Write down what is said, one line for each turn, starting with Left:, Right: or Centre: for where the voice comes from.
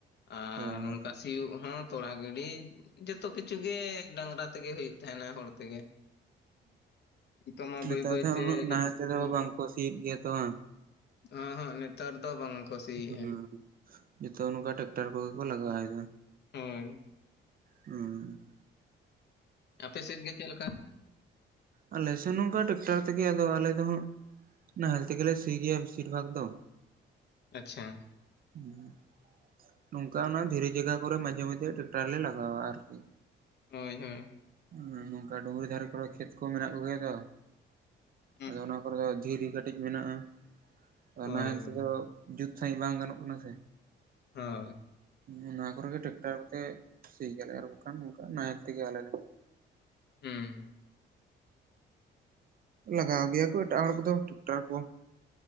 Left: ᱟᱨ
Right: ᱦᱳᱭ
Left: ᱱᱚᱝᱠᱟ ᱥᱤᱭᱳᱜ ᱦᱚᱸ᱾ ᱛᱚᱲ ᱜᱤᱰᱤ ᱡᱚᱛᱚ ᱠᱤᱪᱷᱩ ᱜᱮ ᱰᱟᱝᱨᱟ ᱛᱮᱜᱮ ᱦᱩᱭᱩᱜ ᱛᱟᱦᱮᱱᱟ ᱦᱚᱲ ᱛᱮᱜᱮ᱾ ᱱᱤᱛᱚᱜ ᱢᱟ
Right: ᱦᱮᱸ ᱱᱮᱛᱟᱨ
Left: ᱵᱟᱹᱭ ᱵᱟᱹᱭᱛᱮ
Right: ᱫᱚ ᱩᱱᱟᱹᱜ ᱱᱟᱦᱟ
Left: ᱡᱚᱛᱚ
Right: ᱛᱮᱫᱚ
Left: ᱠᱤᱪᱷᱩ
Right: ᱵᱟᱝᱠᱚ ᱥᱤᱭᱮᱫ ᱜᱮᱭᱟ ᱛᱚ ᱵᱟᱝ᱾
Left: ᱚᱸᱦᱚᱜ ᱱᱮᱛᱟᱨ ᱫᱚ ᱵᱟᱝ᱾ ᱠᱚ ᱥᱤᱭᱮᱜᱼᱟ
Right: ᱦᱩᱸ ᱡᱚᱛᱚ ᱱᱚᱝᱠᱟ ᱴᱨᱟᱠᱴᱟᱨ ᱠᱚᱜᱮ ᱠᱚ ᱞᱟᱜᱟᱣᱮᱫᱟ᱾
Left: ᱦᱳᱭ
Right: ᱦᱩᱸᱻ᱾
Left: ᱟᱯᱮ ᱥᱮᱫ ᱜᱮ ᱪᱮᱫ ᱞᱮᱠᱟ?
Right: ᱟᱞᱮᱥᱮᱱ ᱱᱚᱝᱠᱟ ᱴᱮᱠᱴᱟᱨ ᱛᱮᱜᱮ ᱟᱫᱚ ᱟᱞᱮ ᱫᱚ ᱦᱟᱜ᱾ ᱱᱟᱦᱮᱞ ᱛᱮᱜᱮ ᱞᱮ ᱥᱤ ᱜᱮᱭᱟ ᱵᱮᱥᱤᱨ ᱵᱷᱟᱜ ᱫᱚ᱾
Left: ᱟᱪᱷᱟ᱾
Right: ᱦᱩᱸ᱾ ᱱᱚᱝᱠᱟ ᱚᱱᱟ ᱫᱷᱤᱨᱤ ᱡᱟᱭᱜᱟ ᱠᱚᱨᱮ ᱢᱟᱡᱷᱮ ᱢᱟᱡᱷᱮ ᱴᱨᱟᱠᱴᱟᱨ ᱞᱮ ᱞᱟᱜᱟᱣᱟ ᱟᱨᱠᱤ᱾
Left: ᱦᱳᱭ ᱦᱳᱭ᱾
Right: ᱦᱩᱸ ᱱᱚᱝᱠᱟ ᱰᱩᱝᱨᱤ ᱫᱷᱟᱨᱮ ᱠᱚᱨᱮ ᱠᱷᱮᱛ ᱠᱚ ᱢᱮᱱᱟᱜ ᱠᱚᱜᱮᱭᱟ ᱛᱚ᱾
Left: ᱦᱩᱸ
Right: ᱟᱫᱚ
Left: ᱦᱩᱸ
Right: ᱚᱱᱟ ᱠᱚᱨᱮ ᱫᱚ ᱫᱷᱤᱨᱤ ᱠᱟᱹᱴᱤᱡ ᱢᱮᱱᱟᱜᱼᱟᱫᱚ
Left: ᱦᱳᱭ
Right: ᱱᱟᱦᱮᱞ
Left: ᱦᱳᱭ
Right: ᱛᱮᱫᱚ᱾ ᱡᱩᱛ ᱥᱟᱺᱦᱤᱡ ᱵᱟᱝ ᱜᱟᱱᱚᱜ ᱠᱟᱱᱟ ᱥᱮ?
Left: ᱦᱳᱭ᱾
Right: ᱚᱱᱟ ᱠᱚᱨᱮᱜ ᱜᱮ ᱴᱨᱟᱠᱴᱟᱨ ᱠᱳᱛᱮ ᱥᱤ ᱜᱮᱞᱮ ᱟᱨ ᱵᱟᱝᱠᱷᱟᱱ ᱚᱱᱠᱟ ᱱᱟᱦᱮᱞ ᱛᱮᱜᱮ ᱟᱞᱮ ᱫᱚ᱾
Left: ᱦᱩᱸ
Right: ᱞᱟᱜᱟᱣ ᱜᱮᱭᱟ ᱠᱚ ᱮᱴᱟᱜ ᱦᱚᱲ ᱠᱚᱫᱚ ᱴᱟᱠᱴᱟᱨ ᱠᱚ᱾